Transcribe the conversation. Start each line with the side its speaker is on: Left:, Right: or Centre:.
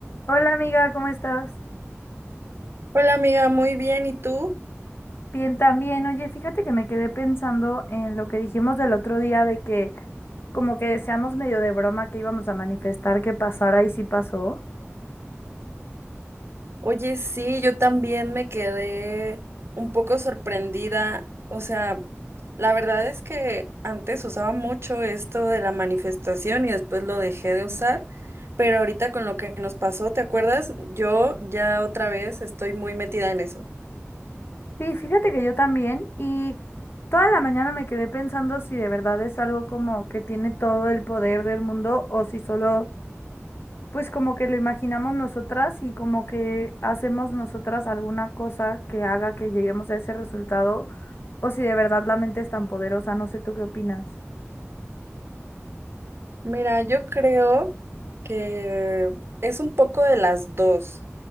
Left: Hola amiga, ¿cómo estás?
Right: Hola amiga, muy bien. ¿Y tú?
Left: Bien también. Oye, fíjate que me quedé pensando en lo que dijimos del otro día de que como que deseamos medio de broma que íbamos a manifestar que pasara y sí pasó.
Right: Oye, sí, yo también me quedé un poco sorprendida. O sea, la verdad es que antes usaba mucho esto de la manifestación y después lo dejé de usar, pero ahorita con lo que nos pasó, ¿te acuerdas? Yo ya otra vez estoy muy metida en eso.
Left: Sí, fíjate que yo también y toda la mañana me quedé pensando si de verdad es algo como que tiene todo el poder del mundo o si solo pues como que lo imaginamos nosotras y como que hacemos nosotras alguna cosa que haga que lleguemos a ese resultado o si de verdad la mente es tan poderosa. No sé, ¿tú qué opinas?
Right: Mira, yo creo que es un poco de las dos.